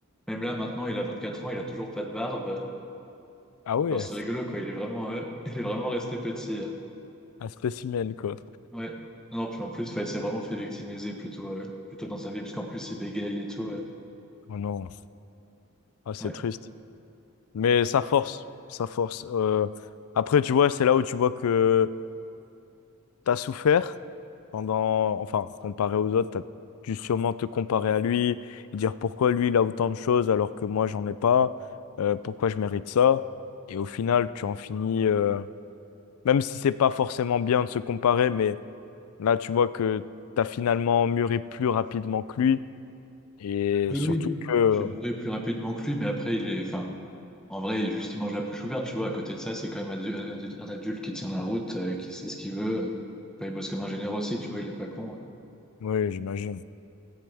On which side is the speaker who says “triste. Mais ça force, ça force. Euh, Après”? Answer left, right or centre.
Left